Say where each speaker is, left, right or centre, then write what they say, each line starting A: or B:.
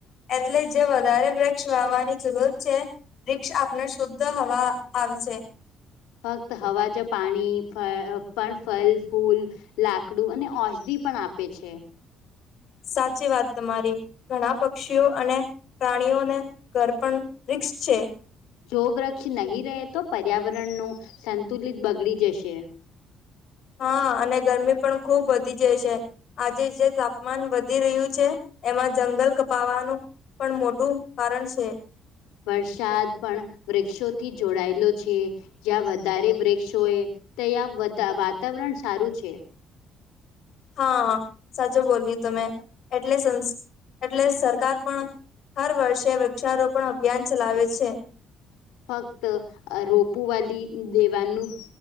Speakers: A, on the left; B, on the left.
A: એટલે જે વધારે વૃક્ષ વાવવાની જરૂર છે વિક્ષ આપને શુદ્ધ હવા આવશે.
B: ફક્ત હવા જ પાણી ફ પણ ફલ ફૂલ લાકડું અને ઔષધી પણ આપે છે.
A: સાચી વાત તમારી, ઘણા પક્ષીઓ અને પ્રાણીઓને ઘર પણ વિક્ષ છે.
B: જો વૃક્ષ નહીં રહે તો પર્યાવરણનું સંતુલિત બગડી જશે.
A: હા અને ગરમી પણ ખુબ વધી જાય છે. આજે જે તાપમાન વધી રહ્યું છે એમાં જંગલ કપાવાનું પણ મોટું કારણ છે.
B: વરસાદ પણ વૃક્ષોથી જોડાયેલો છે. જ્યાં વધારે વૃક્ષ હોય ત્યાં વાતાવરણ સારું છે.
A: હા સાચો બોલી તમે. એટલે સંસ એટલે સરકાર પણ હર વર્ષે વૃક્ષારોપણ અભિયાન ચલાવે છે.
B: ફક્ત આ રોપુવાલી દેવાનું